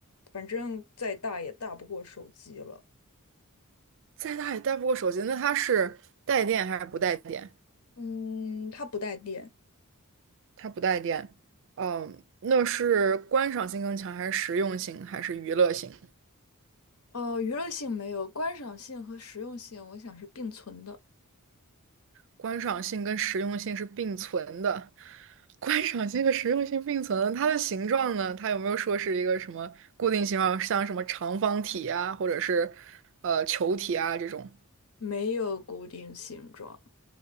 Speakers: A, on the left; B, on the right.
A: 反正再大也大不过手机了。
B: 再大也带不过手机。那它是带电还是不带电？
A: 嗯，它不带电。
B: 它不带电。嗯，那是观赏性更强，还是实用性，还是娱乐性？
A: 呃，娱乐性没有，观赏性和实用性，我想是并存的。
B: 观赏性跟实用性是并存的，观赏性和实用性并存的它的形状呢？它有没有说是一个什么固定形状，像什么长方体啊，或者是呃球体啊这种？
A: 没有固定形状。